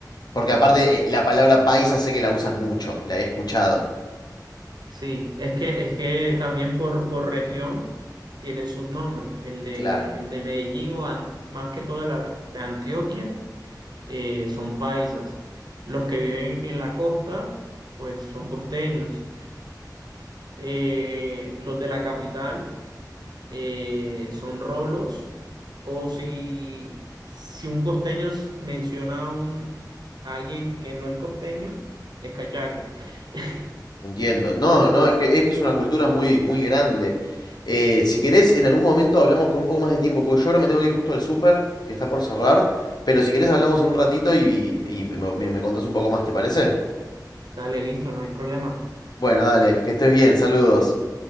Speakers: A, on the left; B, on the right.
A: Porque aparte, eh, la palabra paisa sé que la usan mucho, la he escuchado.
B: sí, es que, es que también por, por región tienen sus nombres. El de,
A: Claro.
B: el de Medellín o an- más que todo la de Antioquia eh, son paisas. Los que viven en la costa, pues son costeños. Eh, los de la capital. eh, son rolos, o si, si un costeño s- menciona a, un, a alguien que no es costeño, es cachaco. <laughs>
A: Entiendo. No,
B: Entonces,
A: no, es que es que es una cultura muy, muy grande. Eh, si querés, en algún momento hablamos con un poco más de tiempo, porque yo ahora me tengo que ir justo al súper, que está por cerrar, pero si querés hablamos en un ratito y, y- y me, me me contás un poco más, ¿te parece?
B: dale, listo, no hay problema.
A: Bueno, dale, que estés bien, saludos.